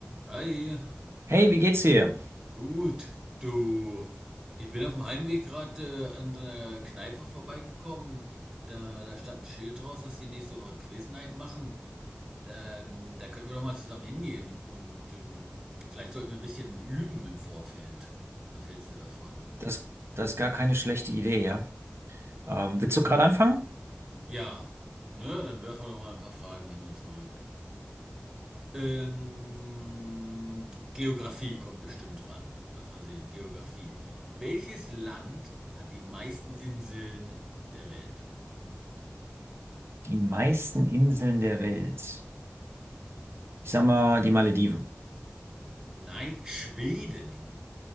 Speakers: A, on the right; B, on the right.
A: Hi,
B: Hey, wie geht's dir?
A: du- gut, du. Ich bin auf dem Heimweg gerade äh, an so einer Kneipe vorbeigekommen. Da, da stand ein Schild draus, dass die nächste Woche Quiz machen. Ähm, da könnten wir doch mal zusammen hingehen und ähm, vielleicht sollten wir ein bisschen üben im Vorfeld. Was hältst du davon?
B: Das, das ist gar keine schlechte Idee, ja. Ähm, willst du gerade anfangen?
A: Ja, ne, dann werfen wir doch mal ein paar Fragen hin und zurück. Ähm, Geografie kommt bestimmt ran. Lass mal sehen. Geografie. Welches Land hat die meisten Inseln der Welt?
B: Die meisten Inseln der Welt. Ich sag mal, die Malediven.
A: Nein, Schweden.